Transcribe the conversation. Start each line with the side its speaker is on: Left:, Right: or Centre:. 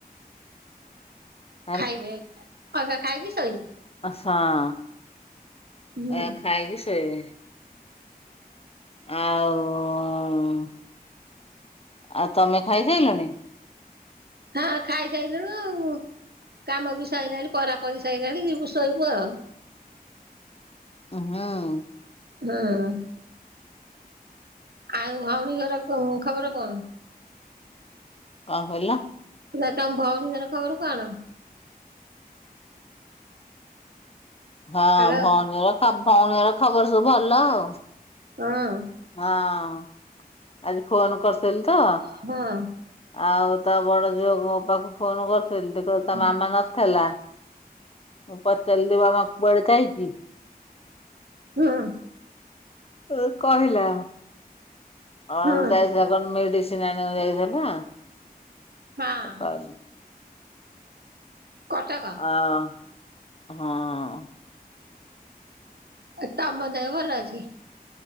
Left: <inaudible>
Right: ଖାଇବେ ମକା ଖାଇକି ସୋଇିବେ।
Left: ଆସାଁ।
Right: ହୁଁ
Left: ଏଇଆ ଖାଇକି ଶୋଇବେ। ଆଉ ଉ ଉ ଉ ଆଉ ତମେ ଖାଇସାଇଲଣି।
Right: ହଁ ଖାଇସାଇଲୁଣୁ ଆଉ କାମବି ସଇଲାଣି ପରାପରି ସାଇଲାଣି ଯିବୁ ଶୋଇବୁ ଆଉ
Left: <unintelligible>
Right: ହଁ। ଆଉ ଭଉଣୀ ଘର ଖୋ ଖବର କଣ?
Left: କଣ କହିଲ?
Right: ଇଲା ତମ ଭଉଣୀ ଘର ଖବର କଣ?
Left: ହଁ
Right: ହ୍ୟାଲୋ
Left: ଭଉଣୀର ଖବ ଭଉଣୀର ଖବର ସବୁ ଭଲ ଆଉ
Right: ଅଁ।
Left: ହଁ ଆଜି ଫୋନ କରିସାଇଲିତ।
Right: ହଁ।
Left: ଆଉ ତା ବଡ ଝିଅକୁପାଖକୁ ଫୋନ କରିୁଥିଲି ଦେଖ
Right: ହଁ
Left: ତା ମାମା ନଥିଲା। ମୁଁ ପଚାରିଲି ମାମା କୁଆଡେ ଯାଇଚି।
Right: ହଁ।
Left: ଅଁ କହିଲା ଆଉ
Right: ହୁଁ
Left: ଯାଇଥିଲା। କଣ ମେଡିସିନ ଆଣିବାକୁ ଯାଇଥିଲା
Right: ହଁ
Left: <unintelligible>
Right: କଟକ।
Left: ହଁ ହଁ
Right: ତମ ଦେହ ଭଲଅଛି।